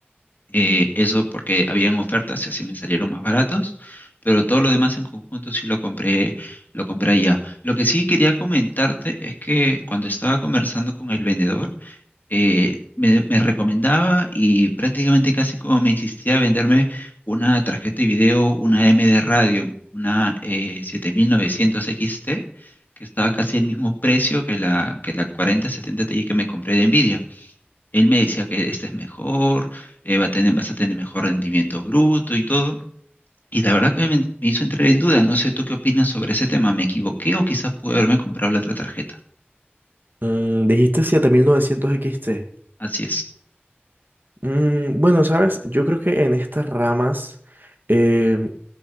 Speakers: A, on the left; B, on the right.
A: Eh, eso porque habían ofertas y así me salieron más baratos, pero todo lo demás en conjunto sí lo compré, lo compré allá. Lo que sí quería comentarte es que cuando estaba conversando con el vendedor, eh, me, me recomendaba y prácticamente casi como me insistía a venderme una tarjeta de video, una M de radio, una eh, 7900 XT, que estaba casi el mismo precio que la, que la 4070 Ti que me compré de Nvidia. Él me decía que esta es mejor, eh, va a tener, vas a tener mejor rendimiento bruto y todo. Y la verdad que me, me hizo entrar en duda. No sé tú qué opinas sobre ese tema. ¿Me equivoqué o quizás pude haberme comprado la otra tarjeta?
B: Mm, dijiste 7900 XT.
A: Así es.
B: Mm, bueno, sabes, yo creo que en estas ramas, eh,